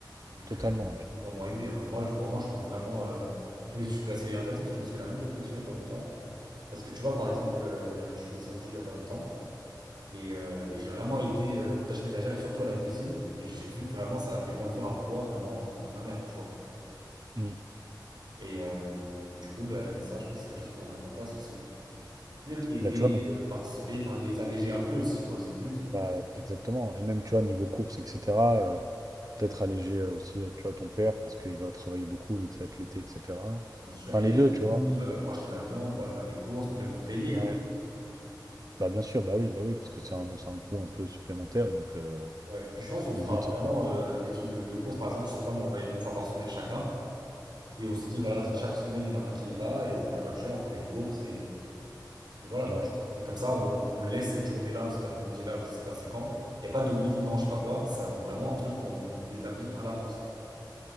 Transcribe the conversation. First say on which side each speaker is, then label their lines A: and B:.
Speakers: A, on the right; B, on the right.
A: Donc,
B: Totalement,
A: euh,
B: ouais.
A: faut vraiment aider, hein. Moi, je, vraiment, je compte vraiment. euh, Je me suis, bah, c'est intéressant parce que je me suis fait la même réflexion il y a pas longtemps. Parce que tu vois, par exemple, euh, je suis descendu il y a pas longtemps. Et, euh, et j'ai vraiment aidé euh, aux tâches ménagères et surtout à la cuisine. Et j'ai vu que vraiment ça avait enlevé un poids vraiment euh, à ma mère, tu vois.
B: Mm.
A: Et, euh, et du coup, bah, ça, je pense que c'est quelque chose qu'il faudra mettre en place aussi. lui même aider,
B: Bah, tu vois, bah,
A: euh, participer, enfin les alléger un peu aussi, quoi. C'est le but,
B: bah, exactement. Et même, tu vois, niveau courses, etc., euh, peut-être alléger euh, aussi, euh, tu vois, ton père parce qu'il va travailler beaucoup vu que ça va être l'été, etc.
A: bien sûr.
B: Enfin,
A: Et il
B: les
A: y a
B: deux,
A: des bons
B: tu vois.
A: euh, bah, pour acheter de la viande, pour aller faire des courses, même pour payer, hein.
B: Ouais. Bah, bien sûr, bah oui, bah oui, parce que c'est un, c'est un coût un peu supplémentaire. Donc, euh,
A: Ouais. Puis je pense qu'on fera
B: le but,
A: vraiment
B: c'est pas.
A: euh, des trucs de, de courses, par exemple, je sais pas, moi, on va y aller une fois par semaine chacun. Et on se dit, voilà, chaque
B: Ouais,
A: semaine, il y en a un qui y va et on prend la voiture, on va faire les courses et Et voilà, quoi,
B: ouais,
A: tu vois. Et comme ça, on, on laisse cette journée-là ou cet après-midi-là ou je sais pas c'est quand. Il n'y a pas de oui, non, je sais pas quoi. C'est un- vraiment un truc qu'on établit à l'avance.